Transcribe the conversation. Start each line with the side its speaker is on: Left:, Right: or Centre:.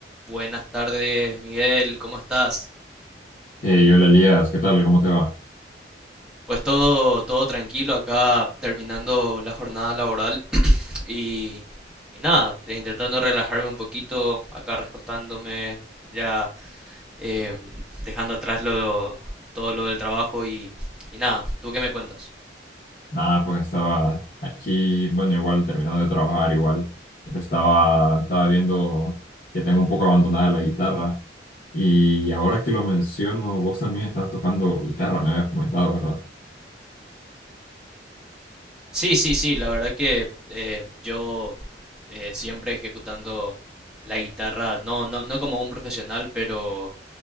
Centre: Buenas tardes, Miguel, ¿cómo estás?
Left: Eh, yo, Hola Elías, ¿qué tal? ¿Cómo te va?
Centre: Pues todo, todo tranquilo acá terminando la jornada laboral y, y nada, eh, intentando relajarme un poquito, acá recostándome, ya em, dejando atrás lo, todo lo del trabajo y, y nada, ¿tú qué me cuentas?
Left: Nada, pues estaba aquí, bueno, igual terminando de trabajar, igual, pero estaba, estaba viendo que tengo un poco abandonada la guitarra y ahora que lo menciono, vos también estabas tocando guitarra, me habías comentado, ¿verdad?
Centre: Sí, sí, sí, la verdad que eh, yo eh, siempre ejecutando la guitarra, no, no, no como un profesional, pero